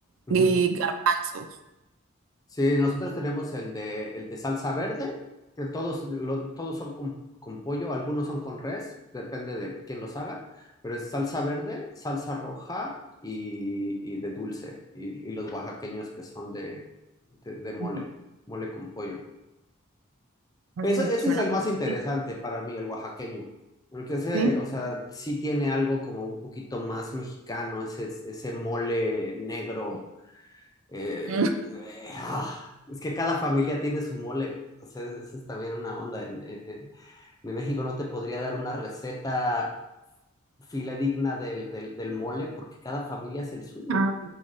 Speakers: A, on the left (about 15°); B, on the right (about 70°).
A: ujú.
B: y garbanzos.
A: Sí, nosotros tenemos el de, el de salsa verde, que todos, lo- todos son con, con pollo, algunos son con res, depende de quién los haga, pero es salsa verde, salsa roja y, y de dulce, y, y los oaxaqueños que son de, de, de mole,
B: Mm,
A: mole con pollo.
B: mm,
A: Eso, ese
B: Suena,
A: es el más interesante
B: rico,
A: para mí, el oaxaqueño. Porque ese,
B: ¿sí?
A: o sea, sí tiene algo como un poquito más mexicano, ese, ese mole negro. eh,
B: mm.
A: eh, ah, es que cada familia tiene su mole. güey. O sea, esa es también una onda. En, en- en- en México no te podría dar una receta filadigna del, del, del mole porque cada familia es el suyo.
B: Ah,
A: güey.